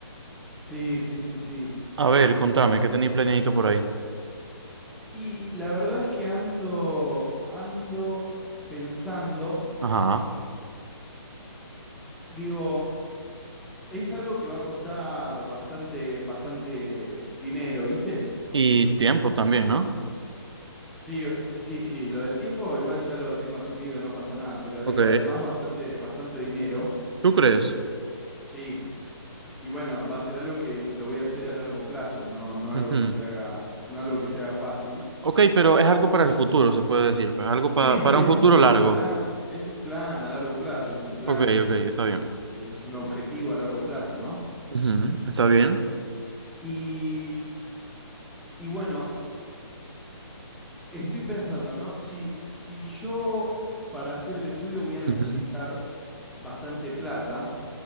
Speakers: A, in the centre; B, on the right (about 70°).
A: Sí, sí, sí, sí.
B: A ver, contame, ¿qué tenéis planeadito por ahí?
A: Y la verdad es que ando, ando pensando,
B: Ajá.
A: digo, es algo que va a costar bastante, bastante dinero, ¿viste?
B: Y tiempo también, ¿no?
A: Sí, eh, sí, sí, lo del tiempo igual ya lo tengo asumido, no pasa nada, pero
B: Ok,
A: digo, además bastante, bastante dinero.
B: ¿tú crees?
A: Sí. Y bueno, va a ser algo que lo voy a hacer a largo plazo, no, no algo
B: Ujú.
A: que se haga, no algo que se haga fácil.
B: Ok, pero es algo para el futuro, se puede decir. pues, Algo pa-
A: Sí, sí,
B: para
A: es
B: un futuro
A: un, es
B: largo.
A: un plan, es un plan a largo plazo, es un plan,
B: Ok, ok, está bien.
A: eh, es un objetivo a largo plazo, ¿no?
B: Ujú, ¿Está bien?
A: Y, y bueno, estoy pensando, ¿no? Si, si yo para hacer el estudio voy a necesitar
B: Ujú.
A: bastante plata,